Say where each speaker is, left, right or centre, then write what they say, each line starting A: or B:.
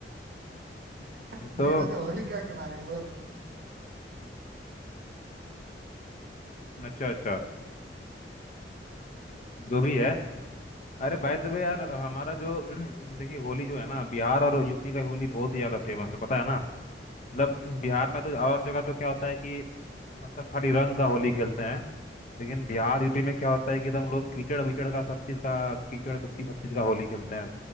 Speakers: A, on the left; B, on the right.
A: <laughs>
B: नहीं
A: तो
B: मैं तो होलिका के बारे में बोल रहा हूँ
A: अच्छा अच्छा जो भी है अरे बाय द वे यार हमारा जो <clears throat> देखिए होली जो है ना बिहार और यूपी का होली बहुत ही ज्यादा फेमस है पता है ना मतलब बिहार में तो और जगह तो क्या होता है कि और सब खाली रंग का होली खेलते हैं लेकिन बिहार यूपी में क्या होता है कि एकदम लोग कीचड़ विचड़ का सब चीज़ का कीचड़ मिट्टी सब चीज़ का होली खेलते हैं